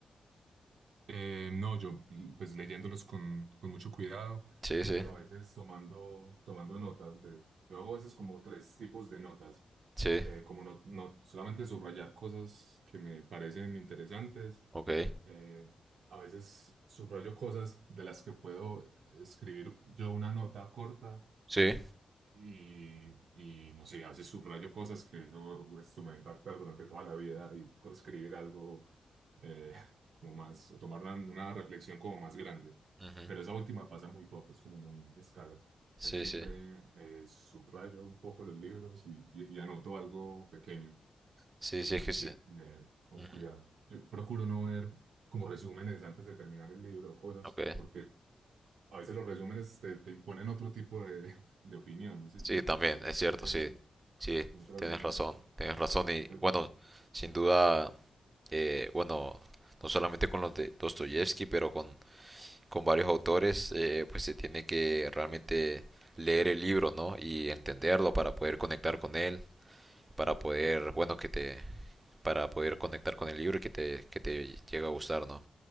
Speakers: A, on the right (about 70°); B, on the right (about 20°).
A: Eh, no, yo pues leyéndolos con, con mucho cuidado,
B: Sí, sí,
A: pero a veces tomando, tomando notas. De, yo hago a veces como tres tipos de notas,
B: sí,
A: eh, como no, no solamente subrayar cosas que me parecen interesantes,
B: ok,
A: eh, a veces subrayo cosas de las que puedo escribir yo una nota corta
B: sí,
A: Y, y no sé, a veces subrayo cosas que digo, esto me va a impactar durante toda la vida y puedo escribir algo eh, <laughs> como más, o tomar una, una reflexión como más grande.
B: ujú,
A: Pero esa última pasa muy poco, es como muy descarada.
B: Sí,
A: Casi siempre
B: sí,
A: eh, subrayo un poco los libros y, y- y anoto algo pequeño.
B: sí,
A: Y
B: sí, es que
A: sí,
B: sí,
A: leer con
B: ujú,
A: cuidado. Yo procuro no ver como resúmenes antes de terminar el libro o cosas,
B: ok,
A: porque a veces los resúmenes te, te imponen otro tipo de, de opinión. No sé si,
B: sí, también,
A: si
B: es cierto,
A: te ha pasado
B: sí, sí,
A: con otra
B: tienes
A: visión.
B: razón, tienes razón y
A: Pero,
B: bueno, sin duda eh, bueno, no solamente con los de Dostoyevsky, pero con, con varios autores, eh, pues se tiene que realmente leer el libro, ¿no? Y entenderlo para poder conectar con él, para poder, bueno, que te, para poder conectar con el libro y que te, que te llegue a gustar, ¿no?